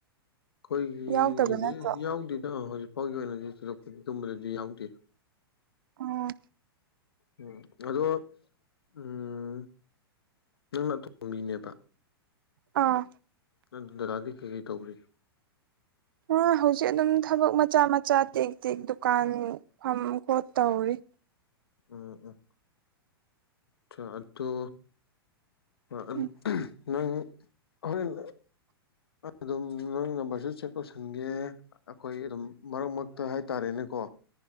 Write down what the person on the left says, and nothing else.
ꯑꯩꯈꯣꯏꯒꯤꯒꯤꯗꯤ
ꯌꯥꯎꯗꯦꯗ ꯍꯧꯖꯤꯛꯐꯥꯎꯒꯤ ꯑꯣꯏꯅꯗꯤ ꯊꯣꯏꯗꯣꯛꯄꯗꯨꯝꯕꯗꯗꯤ ꯌꯥꯎꯗꯦ
ꯎꯝ ꯑꯗꯣ ꯎꯝ ꯅꯪꯅ ꯑꯇꯣꯝꯕꯤꯅꯦꯕ
ꯅꯪ ꯗꯗꯥꯗꯤ ꯀꯩꯩ ꯀꯩ ꯇꯧꯔꯤ
ꯎꯝ ꯎ ꯆꯥ ꯑꯗꯣ <unintelligible>
ꯅꯪ ꯍꯣꯔꯦꯟ꯫ ꯑꯗꯨꯝ ꯅꯪ ꯅꯝꯕꯔꯁꯨ ꯁꯦꯕ ꯇꯧꯁꯟꯒꯦ ꯑꯩꯈꯣꯏ ꯑꯗꯨꯝ ꯃꯔꯛ ꯃꯔꯛꯇ ꯍꯥꯏꯇꯥꯔꯦꯅꯦꯀꯣ